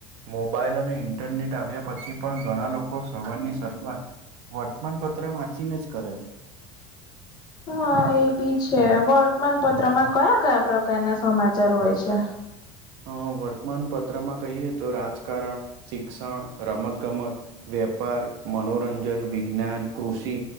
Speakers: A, on the right; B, on the left.
A: મોબાઈલ અને ઇન્ટરનેટ આવ્યા પછી પણ ઘણા લોકો સવારની શરૂઆત વર્તમાનપત્ર વાંચી ને જ કરે છે.
B: હા એબી છે વર્તમાનપત્રમાં કયા કયા પ્રકારના સમાચાર હોય છે?
A: અહ વર્તમાન પત્રમાં કહીએ તો રાજકારણ શિક્ષણ રમત ગમત વ્યાપાર મનોરંજન વિજ્ઞાન કૃષિ